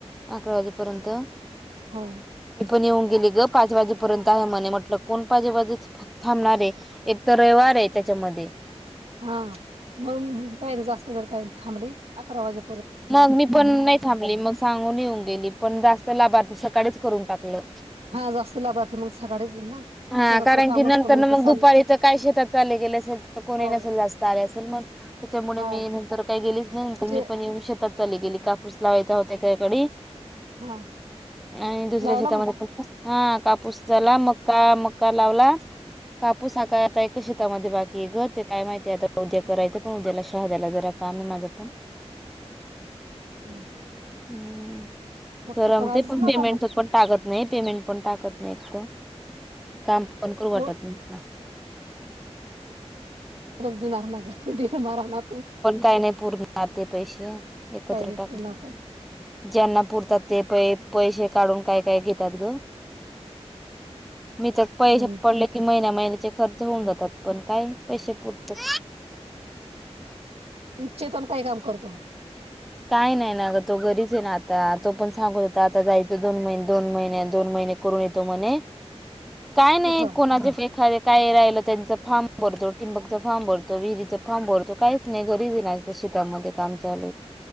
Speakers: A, in the centre; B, on the right.
A: अकरा वाजेपर्यंत
B: हो
A: मी पण येऊन गेली गं पाच वाजेपर्यंत आहे म्हणे म्हटलं कोण पाजे वाजे च थ थांबणार हे एक तर रविवार हे त्याचा मध्ये
B: हा मंग कायरे जास्त वेळ काहीनी थांबले अकरा वाजे
A: मग मी पण नाही थांबली मग सांगून येऊन गेली पण जास्त लाभार्थी सकाळीच करून टाकलं.
B: हा जास्त लाभार्थी मंग सकाळीच ना.
A: हा
B: शेतातलं
A: कारण
B: काम
A: की नंतर
B: असतं
A: ना
B: ते चाललं
A: मग दुपारी तर काय शेतात चालले गेले असेल तर कोणी
B: हो
A: नसेल जास्त आले असेल मग त्याच्यामुळे
B: हो
A: मी नंतर काही गेलेच नाही नंतर
B: ते
A: मी पण या विषय त चालली गेली कापुस लावायचा होता काय कडे
B: हा
A: आणि दुसऱ्या
B: लावला
A: शेतामध्ये
B: मग
A: पण हा कापूस झाला मक्का मक्का लावला. कापुस हा काय आता एका शेतामध्ये बाकी गं ते काय माहितीय आता उद्या करायचं पण उद्याला शहाद्याला जरा काम हे माझं पण
B: <unintelligible>
A: हम्म
B: मग
A: चरा म
B: आजच
A: ते पण
B: लावा
A: पेमेंट
B: मग
A: चं पण टाकत. नाही पेमेंट पण टाकत नई इतकं काम. फन करू वाटत
B: हो
A: नी ला.
B: धुनार ना गं धीरे मारा राना
A: पण काय नाही पुरणार ते पैसे एकत्र
B: काय रे
A: टाक.
B: पुन्हा
A: ज्यांना पुरतात ते पै पैसे काढून काय काय घेतात गं. मी तर
B: हो
A: पैसे पडले की महिन्या महिन्याचे खर्च होऊन जातात पण काय? पैशे पुरतस.
B: चेतन काय काम करतो.
A: काय नाही ना गं तो घरीच हे ना आता तो पण सांगत होता आता जायचं दोन महिन दोन महिन्या दोन महिन हेने करुन येतो म्हणे काय नाही
B: कुठं
A: कोणाचे एखादे काय राहिलं त्यांच फार्म भरतो टिंबकचा फार्म भरतो, विहरीच फार्म भरतो काहीच नाही गरजे नाही शेतामध्ये काम चालू